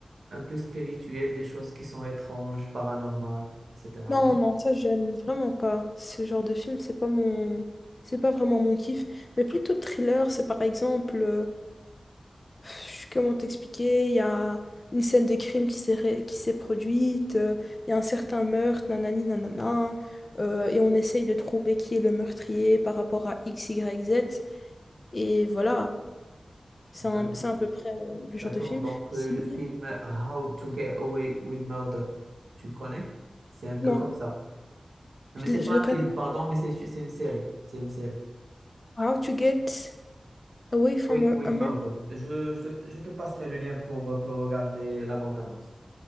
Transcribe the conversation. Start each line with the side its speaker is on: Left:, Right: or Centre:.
Right: Un peu spirituel, des choses qui sont étranges, paranormales, etc.,
Left: Non,
Right: non?
Left: non, ça, j'aime vraiment pas. Ce genre de film, c'est pas mon, c'est pas vraiment mon kiff. Mais plutôt thriller, c'est par exemple. euh, Pff, Comment t'expliquer? Il y a une scène de crime qui s'est ré- qui s'est produite, euh, il y a un certain meurtre, nanani nanana, euh, et on essaye de trouver qui est le meurtrier par rapport à X, Y, Z, et voilà, c'est
Right: D'accord.
Left: un, c'est à peu près euh, le
Right: D'accord,
Left: genre de film.
Right: donc
Left: Sinon,
Right: euh, le film How to Get Away with Murder, tu le connais? C'est un peu
Left: non,
Right: comme ça. Mais
Left: je,
Right: c'est
Left: le
Right: pas
Left: je le connais.
Right: un film, pardon, mais c'est c'est une série. C'est une série.
Left: How to get away from
Right: Oui,
Left: a,
Right: with
Left: a
Right: Murder.
Left: murder.
Right: Je, je, te je te passerai le lien pour, euh, pour regarder la bande-annonce.